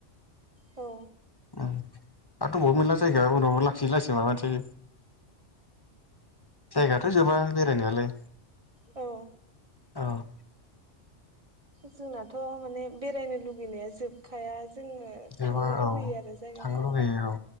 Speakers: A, on the right; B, on the left.
A: औ
B: <inaudible> आरो दङबावो मेरला जायगा उनाव लासै लासै माबानोसै जायगाथ' जोबा बेरायनायालाय
A: औ
B: औ
A: जोंनाथ' माने बेरायनो लुुबैनाया जोबखाया जोङो
B: जोबा
A: थांनो लुबैयो
B: औ
A: आरो जायगाफ्राव
B: थांनो लुगैयो